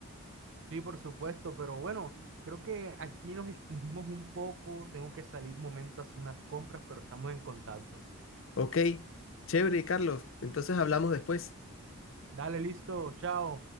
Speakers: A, on the right; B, on the left.
A: Sí, por supuesto, pero bueno, creo que aquí nos extendimos un poco. Tengo que salir momento a hacer unas compras, pero estamos en contacto.
B: Ok, chévere, Carlos. Entonces hablamos después.
A: Dale, listo, chao.